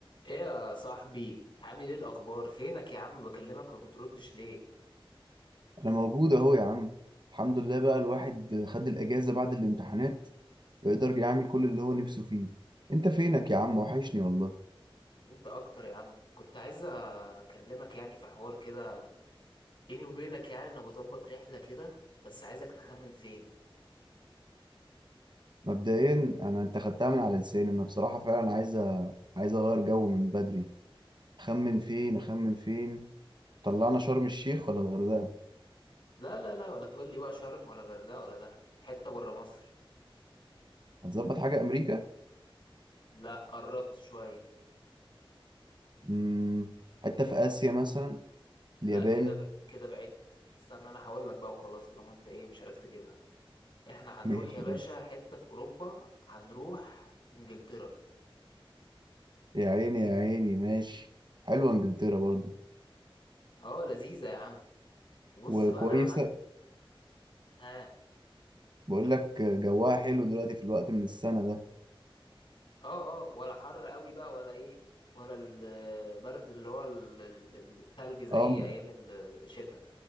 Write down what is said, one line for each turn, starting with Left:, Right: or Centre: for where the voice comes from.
Left: ايه يا صاحبي عامل ايه الاخبار فينك يا عم بكلمك وما بتردش ليه
Right: انا موجود اهو يا عم الحمد لله بقى الواحد خد الاجازه بعد الامتحانات ويقدر يعمل كل اللي هو نفسه فيه انت فينك يا عم وحشني والله
Left: ده انت اكتر يا عم كنت عايز اكلمك يعني في حوار كده بيني وبينك يعني انا بظبط رحله كده بس عايزك تخمن فين
Right: مبدئيا انا انت خدتها من على لساني انا بصراحه فعلا عايز أ- عايز اغير جو من بدري خمن فين اخمن فين طلعنا شرم الشيخ ولا الغردقه
Left: لا لا لا ولا تقول لي بقى شرم ولا غردقه ولا دهب حته بره مصر
Right: هتظبط حاجه امريكا
Left: لا قربت شويه
Right: امم حته في اسيا مثلا اليابان
Left: لا كده ب... كده بعدت استنى انا هقول لك بقى وخلاص طالما انت ايه مش عارف تجيبها احنا هنروح
Right: ماشي
Left: يا باشا حته في اوروبا هنروح انجلترا
Right: يا عيني يا عيني ماشي حلوه انجلترا برضو
Left: اه لذيذه يا عم وبص
Right: وكويسه
Left: بقى انا عملت ها
Right: بقول لك جواها حلو دلوقتي في الوقت من السنة ده
Left: اه اه ولا حر قوي بقى ولا ايه ولا البرد اللي هو ال- ال- التلج زي
Right: اه م-
Left: ايام الشتاء